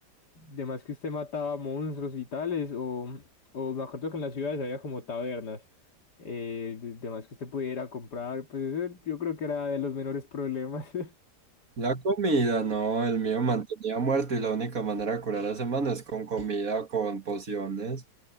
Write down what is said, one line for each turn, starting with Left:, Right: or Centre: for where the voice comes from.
Left: de más que usted mataba monstruos y tales, o, o me acuerdo que en las ciudades había como tabernas, eh, de de más que usted pudiera comprar, pues eso yo creo que era de los menores problemas. <laughs>
Right: La comida, no, el mío mantenía muerto y la única manera de curar a ese man es con comida o con pociones.